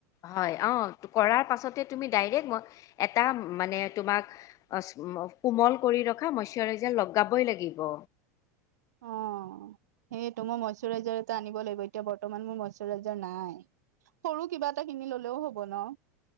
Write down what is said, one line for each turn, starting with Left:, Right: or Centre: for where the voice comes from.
Left: হয় অ কৰাৰ পাছতে তুমি ডাইৰেক্ট মই এটা মানে তোমাক অচ কোমল কৰি ৰখা মইশ্বাৰাইজাৰ লগাবই লাগিব
Right: অ সেইটো মই মইশ্বৰাইজাৰ এটা আনিব লাগিব এতিয়া বৰ্তমান মোৰ মইশ্বৰাইজাৰ নাই সৰু কিবা এটা কিনি ললেও হ'ব ন